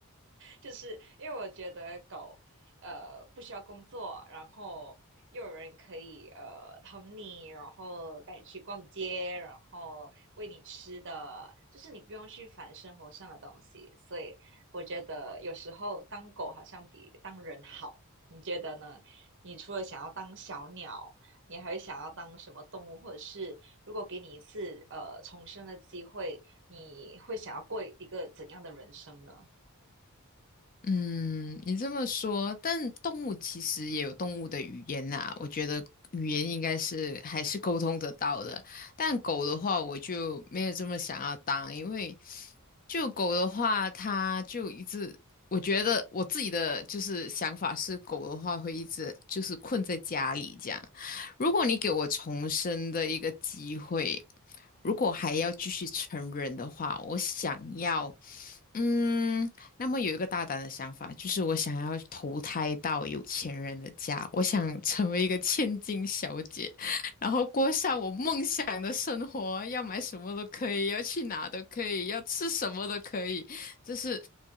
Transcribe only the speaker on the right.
就是因为我觉得狗，呃，不需要工作，然后又有人可以呃疼你，然后带你去逛街，然后喂你吃的，就是你不用去烦生活上的东西，所以我觉得有时候当狗好像比当人好，你觉得呢？你除了想要当小鸟，你还会想要当什么动物，或者是如果给你一次呃重生的机会，你会想要过一个怎样的人生呢？